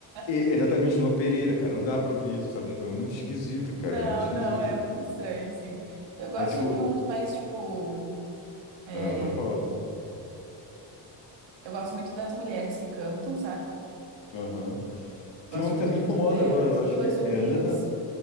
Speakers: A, on the left; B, on the right.
A: E-
B: <laughs>
A: exatamente, Luan Pereira, cara. Não dá pra ouvir isso, sabe? Tipo, é muito esquisito, cara.
B: Não,
A: É muito esquisito.
B: não, é muito estranho, assim. Eu gosto
A: Aí, tipo,
B: de uns mais, tipo. é,
A: ah, pode falar.
B: Eu gosto muito das mulheres que cantam, sabe?
A: Aham.
B: Gosto
A: Tem uma que
B: muito
A: tá bem
B: das
A: famosa
B: músicas delas.
A: agora, eu acho
B: E umas
A: que é,
B: duplinhas.
A: é Ana.